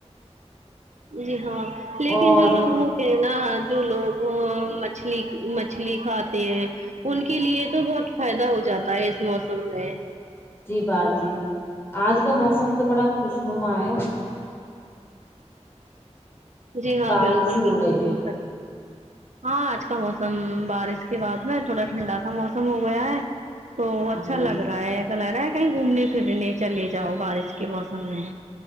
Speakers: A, on the right; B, on the left.
A: جی ہاں لیکن
B: اور
A: جو لوگ ہو تے نا جو لوگ ا مچھلی مچھلی کھاتے ہیں ان کے لیے تو بہت فائدہ ہو جاتا ہے اس موسم میں
B: جی باجی آج کا موسم تو بڑا خوش نما ہے
A: جی ہاں
B: بارش
A: بالکل
B: ہی ہو
A: بالکل
B: رہی
A: صحیح
B: ہے
A: فر ہاں آج کا موسم بارش کے بعد میں تھوڑا ٹھنڈا سا موسم ہو گیا ہے تو اچھا
B: ہوں،
A: لگ رہا ہے ایسا لگ رہا ہے کہیں گھومنے پھرنے نیچر لے جاؤ بارش کے موسم میں